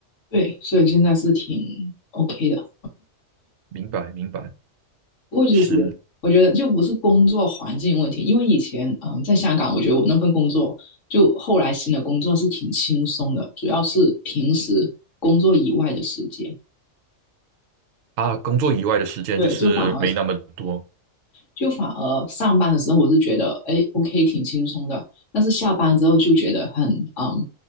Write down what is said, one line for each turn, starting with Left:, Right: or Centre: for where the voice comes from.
Left: 对，所以现在是挺 OK 的。
Right: 明白，明白，
Left: 我也是，
Right: 是。
Left: 我觉得就不是工作环境问题，因为以前嗯在香港，我觉得我那份工作就后来新的工作是挺轻松的，主要是平时工作以外的时间，
Right: 啊，工作以外的时间就是没那么多。
Left: 对，就反而就反而上班的时候我是觉得哎 OK 挺轻松的，但是下班之后就觉得很嗯